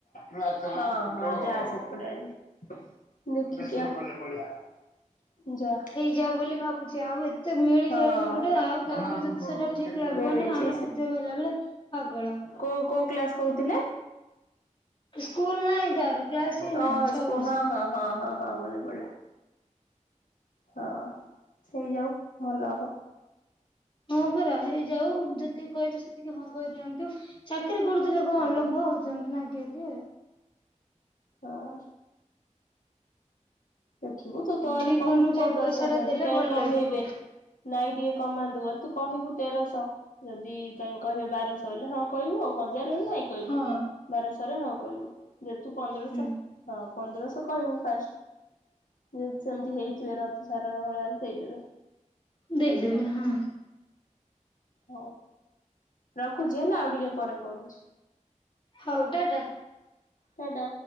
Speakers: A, on the left; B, on the left.
A: ହଁ ହଁ ଯା ସେପଟେ ଆଜି। ଦେଖିକି
B: ହୁଁ
A: ଆ ଯା।
B: ଯା ବୋଲି ଭାବୁଛି ଆଉ ଏତ୍ ତେ ମିଳିଯାଇଛି
A: ହଁ।
B: ଗୁଟେ, ଆଉ ତା'ପରେ ଯଦି ସେଟା ଠିକ୍ ଲାଗିବନି,
A: ମିଳିଛି
B: ଆହୁରି ଖୁଜ ବଇଲା ବେଳେ ପାଗଳ।
A: କୋ କୋଉ କ୍ଲାସ କହୁଥିଲେ?
B: ସ୍କୁଲ ନାହିଁ ତାର କ୍ଲାସ ହିଁ
A: ହଁ
B: ନାହିଁ
A: ହସ୍
B: ଛଅ
A: କୁ
B: ବର୍ଷ
A: ହଁ ହଁ। ହଁ ହଁ ହଁ ମନେ ପଡିଲା, ହଁ ସେଇ ଯାଉ। ଭଲ ହବ।
B: ହଁ, ପରା ହେଇ ଯାଉ, ଯେତିକି କହିବି ସେତିକି ହଁ କହିଦିଅନ୍ତୁ। ଚାକିରି କରୁଥିଲେ କଣ
A: ହଁ
B: ଲୋଭ ହଉଛନ୍ତି ନା କିଏ କିଏ?
A: ହଁ। ଦେଖିବୁ ତୁ ତୋ ଆଡୁ
B: ଠିକ
A: କହିବୁ
B: ଅନୁଯାୟୀ
A: ପନ୍ଦରଶହ
B: ପଇସା ଟା
A: ଯଦି
B: ଦେଲେ
A: ଦି ତାଏଁ
B: ଭଲ
A: କମେଇବେ।
B: ଲାଗିବ
A: ନାଇଁ ଟିକେ କମାନ୍ତୁ ବୋଲି ତୁ କହିବୁ ତେରଶହ, ଯଦି ତ କହିବ ବାରଶହ ବଲେ ହଁ କହିବୁ ଆଉ, ହଜାରରେ ନାଇଁ କହିବୁ।
B: ହଁ
A: ବାରଶହରେ ହଁ କହିବୁ, ଯଦିତୁ ପନ୍ଦରଶହ
B: ହୁଁ।
A: ହଁ, ପନ୍ଦ୍ରଶହ କହିବୁ ଫାଷ୍ଟ। ହୁଁ ସେମିତି ହେଇଥିବାର ଅଛି, ସରଳ ଭଳିଆ ହେଲେ ଦେଇଦେବେ।
B: ଦେଇଦବେ ହଁ।
A: ହଉ। ରଖୁଛି ହେଲା ଆଉ ଟିକେ ପରେ କରୁଚି।
B: ହଉ ଟାଟା।
A: ଟା ଟା।